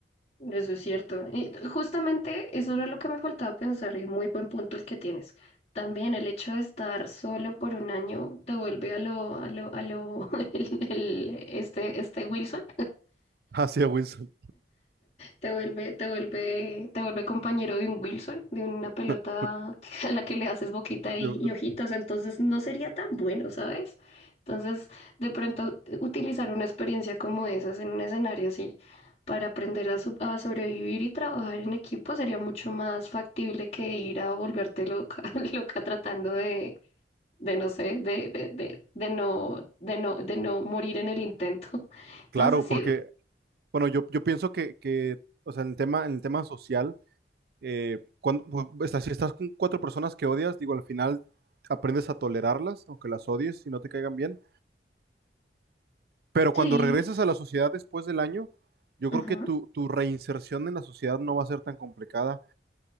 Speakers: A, on the left; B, on the right.
A: Eso es cierto. Y justamente eso era lo que me faltaba pensar y muy buen punto el que tienes. También el hecho de estar solo por un año te vuelve a lo, a lo, a lo, <laughs> el- el- este, este Wilson.
B: <laughs> Así es, Wilson.
A: Te vuelve, te vuelve, te vuelve compañero de un Wilson, de una
B: <laughs>
A: pelota <laughs> a la que le haces boquita
B: De-
A: y, y
B: de-
A: ojitos, entonces no sería tan bueno, ¿sabes? Entonces, de pronto, eh, utilizar una experiencia como esas en un escenario así para aprender a, su- a sobrevivir y trabajar en equipo sería mucho más factible que ir a volverte loca, <laughs> loca tratando de, de no sé, de, de, de, de no, de no, de no morir en el intento. Entonces,
B: Claro,
A: sí,
B: porque, bueno, yo, yo pienso que, que, o sea, en el tema, en el tema social, eh, cuando, pues, estás- si estás con cuatro personas que odias, digo, al final aprendes a tolerarlas, aunque las odies y no te caigan bien. Pero
A: sí.
B: cuando regresas a la sociedad después del año, yo
A: Ujú,
B: creo que tu, tu reinserción en la sociedad no va a ser tan complicada